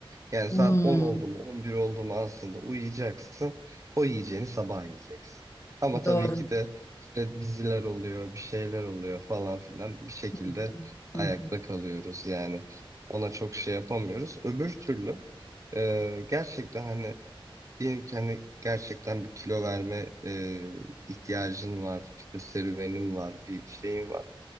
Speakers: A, on the right; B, on the left.
A: Yani
B: hmm.
A: saat 10 oldu mu 11 oldu mu aslında uyuyacaksın. O yiyeceğini sabah yiyeceksin. Ama tabii
B: Doğru.
A: ki de işte diziler oluyor, bir şeyler oluyor falan filan bir şekilde
B: Hı hı,
A: ayakta
B: hı hı,
A: kalıyoruz yani. Ona çok şey yapamıyoruz. Öbür türlü e, gerçekten hani diyelim ki hani gerçekten bir kilo verme e, ihtiyacın var, işte serüvenin var, bir şeyin var.